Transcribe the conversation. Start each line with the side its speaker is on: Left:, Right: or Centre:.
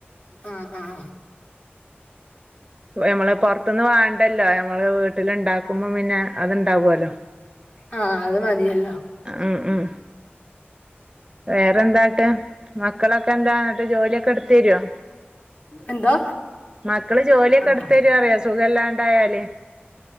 Left: ആഹ ആഹ
Right: നമ്മള് പുറത്തുന്ന് വാണ്ടല്ലോ നമ്മള് വീട്ടില ഉണ്ടാക്കുമ്പോൾ പിന്നെ അത്ണ്ടാവുല്ലോ
Left: ആഹ അത് മതിയല്ലോ
Right: ഉം ഉം വേറെന്താട്ട് മക്കളൊക്കെ എന്താ എന്നിട്ട് ജോലിയൊക്കെ എടുത്ത് തരുവോ
Left: എന്തോ
Right: മക്കള് ജോലിയൊക്കെ
Left: ആ
Right: എടുത്തരോ അറിയാ സുഖല്ലാണ്ടായാല്